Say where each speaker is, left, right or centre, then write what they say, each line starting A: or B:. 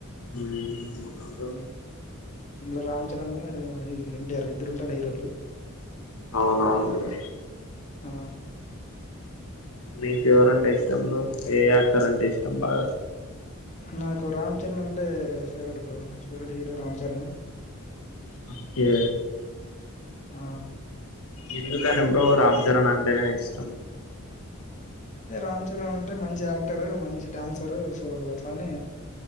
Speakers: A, on the left; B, on the left.
A: ఉమ్ అదా
B: ఇందులో రామ్ చరణ్ ఎన్టీఆర్ ఇద్దరు ఉంటారు హీరోలు
A: అవునవును బ్రో
B: ఆ
A: మీకు ఎవరంటే ఇష్టం బ్రో ఏ యాక్టరంటే ఇష్టం బాగా
B: నాకు రామ్ చరణ్ అంటే favourite bro favourite hero Ram Charan
A: okay
B: ఆ
A: ఎందుకని బ్రో రామ్ చరణ్ అంటేనే ఇష్టం
B: అంటే రామ్ చరణ్ అంటే మంచి యాక్టరు మంచి డాన్సరు సో అట్లనీ